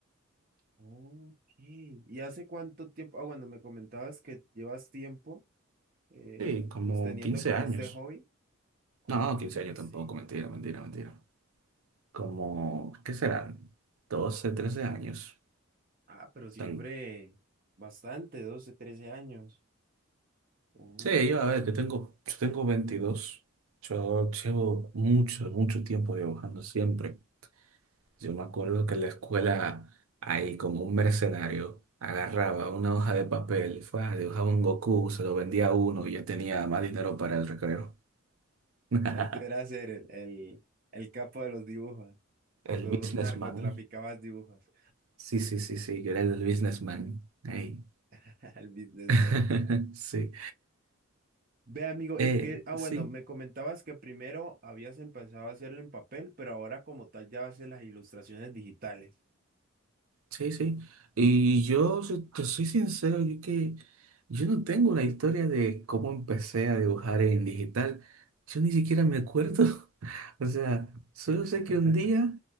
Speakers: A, on the right; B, on the right.
A: Ok. ¿Y hace cuánto tiempo? Ah, bueno, me comentabas que llevas tiempo eh,
B: Sí, como
A: pues teniendo
B: 15
A: como
B: años.
A: este hobby. Oh,
B: No, 15
A: quince
B: años tampoco, mentira, mentira, mentira. Como, ¿qué serán? doce trece años.
A: Ah, pero siempre
B: Tan-
A: bastante, 12 13 años. Oh.
B: Sí, yo, a ver, yo tengo, yo tengo veintidós, Yo llevo mucho, mucho tiempo dibujando siempre. Yo me acuerdo que en la escuela, ahí como un mercenario, agarraba una hoja de papel, fue, ah, dibujaba un Goku, se lo vendía a uno y ya tenía más dinero para el recreo. <laughs>
A: Eh, Tú eras el, el, el- el capo de los dibujos.
B: El
A: Tú
B: businessman.
A: narcotraficabas dibujos.
B: Sí, sí, sí, sí, yo era el businessman. Ahí.
A: <laughs> El businessman.
B: <laughs>
A: <laughs>
B: Sí.
A: Ve, amigo,
B: Eh,
A: y que, ah,
B: sí.
A: bueno, me comentabas que primero habías empezado a hacerlo en papel, pero ahora como tal ya haces las ilustraciones digitales.
B: Sí, sí. Y yo, si te soy sincero, yo que yo no tengo una historia de cómo empecé a dibujar en digital. Yo ni siquiera me acuerdo. <laughs> O sea, solo sé
A: <laughs>
B: que un día,